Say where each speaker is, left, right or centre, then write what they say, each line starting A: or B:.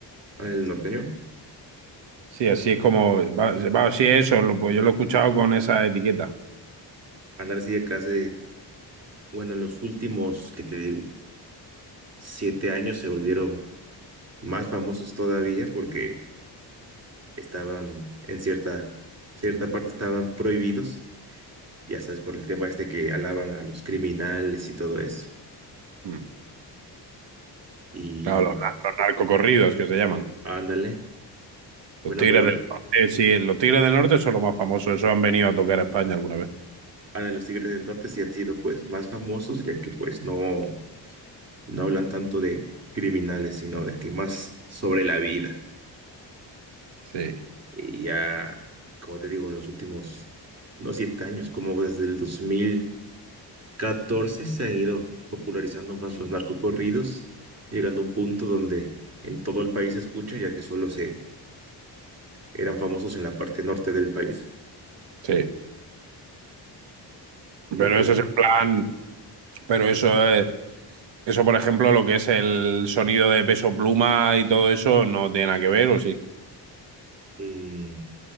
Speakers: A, on the right; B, on the right.
A: ándale el norteño.
B: Sí, así es como, va, va, sí, eso, lo- pues yo lo he escuchado con esa etiqueta.
A: Ándale, sí, acá hace, bueno, en los últimos, que te digo, siete años se volvieron más famosos todavía porque estaban en cierta, cierta parte estaban prohibidos ya sabes, por el tema este que alaban a los criminales y todo eso.
B: Mm.
A: Y
B: Claro, los, na- los narcocorridos que se llaman.
A: ándale, bueno,
B: Los Tigres
A: pero
B: del Norte, sí, los Tigres del Norte son los más famosos, esos han venido a tocar a España alguna vez.
A: ándale, los Tigres del Norte sí han sido pues más famosos, ya que pues no, no hablan tanto de criminales, sino de que más sobre la vida.
B: Sí.
A: Y ya, como te digo, los últimos, no siete años, como desde el dos mil catorce se han ido popularizando más los narcocorridos, llegando a un punto donde en todo el país se escucha, ya que solo se eran famosos en la parte norte del país.
B: Sí,
A: Y
B: pero
A: pues,
B: eso es en plan, pero eso es, eso por ejemplo, lo que es el sonido de Peso Pluma y todo eso no tiene nada que ver, ¿o sí?
A: mm,